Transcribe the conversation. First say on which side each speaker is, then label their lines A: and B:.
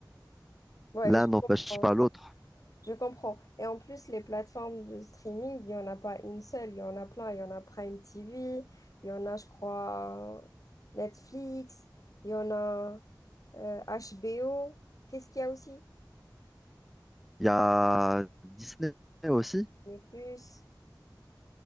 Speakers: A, on the left; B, in the centre.
A: Ouais,
B: L'un
A: je
B: n'empêche
A: comprends.
B: pas l'autre.
A: Je comprends. Et en plus, les plateformes de streaming, il n'y en a pas une seule, il y en a plein. Il y en a Prime TV, il y en a, je crois, Netflix, il y en a euh, HBO. Qu'est-ce qu'il y a aussi?
B: Il y a Disney aussi.
A: Mais plus,